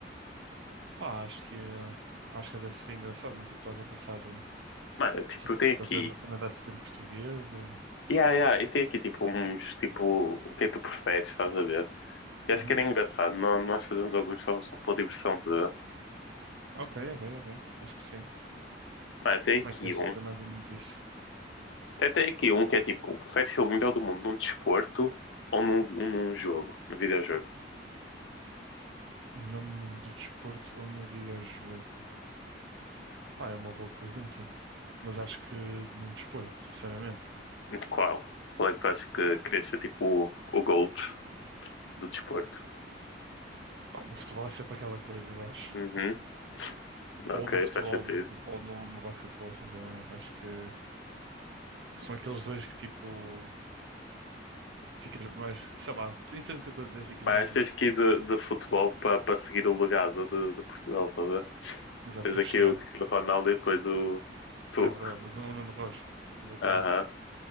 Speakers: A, on the right (about 80°); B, on the left (about 90°).
A: Pá, acho que, eh, acho que até seria engraçado, mas tipo, estás a pensar eh,
B: Mano, tipo,
A: faz-
B: tem aqui,
A: fazer uma cena dessas em português ou...
B: yeah, yeah, e tem aqui tipo uns, tipo, o que é que tu preferes, estás a ver? E
A: Uhum.
B: acho que era engraçado, nó- nós fazemos alguns só, só por diversão, tá
A: Ok, ok, ok, acho que sim.
B: Vai, até
A: Como
B: aqui
A: é que queres
B: um.
A: fazer mais ou menos isso?
B: Até, até aqui um que é tipo, prefere ser o melhor do mundo num desporto ou num, um- num jogo, num videojogo?
A: Melhor mundo do desporto ou num videojogo? Pá, é uma boa pergunta, mas acho que num desporto, sinceramente.
B: Qual? Qual é que tu achas que querias ser tipo o o GOAT do desporto?
A: Pá, no futebol é sempre aquela coisa, eu acho.
B: Uhum, ok,
A: Ou no futebol
B: faz sentido.
A: ou no, ou no, no basquetebol, sinceramente. Acho que são aqueles dois que tipo. Ficas mais, sei lá, tu entendes o que eu estou a dizer, ficas
B: Mas
A: mais tipo,
B: tens que ir de, de futebol para para seguir o legado de, de Portugal toda.
A: exato,
B: Tens
A: tu
B: aqui
A: Cristiano,
B: o Cristiano Ronaldo e depois o tu.
A: isso é verdade, o Nu- o Nuno Rocha, exatamente,
B: Aham,